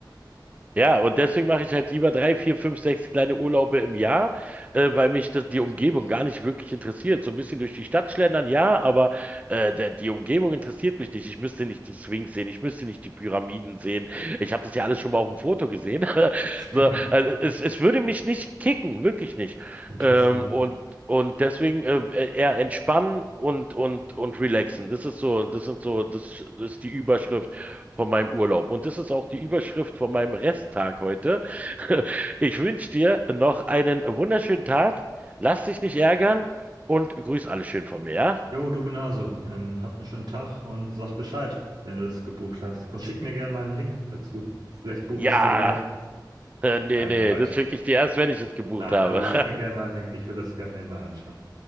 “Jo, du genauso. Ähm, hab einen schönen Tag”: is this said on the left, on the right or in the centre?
Right